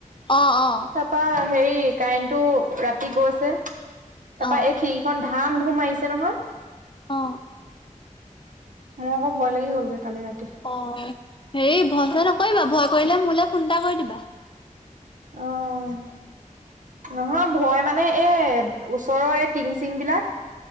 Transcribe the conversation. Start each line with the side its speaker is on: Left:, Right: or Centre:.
Left: অ
Right: তাৰপা হেৰি কাই টো ৰাতি গৈছে তাৰপা
Left: অ
Right: এই খিৰিকখন ধাম ধুম মাৰিছে নহয়।
Left: অ'
Right: মোৰ আকৌ ভয় লাগি গ'লগৈ কালি ৰাতি।
Left: অ হেৰি ভয় চ নকৰিবা ভয় কৰিলে মোলৈ ফোন এটা কৰি দিবা।
Right: অ', নহয় ভয় মানে এ ওচৰৰ এই টিং চিং বিলাক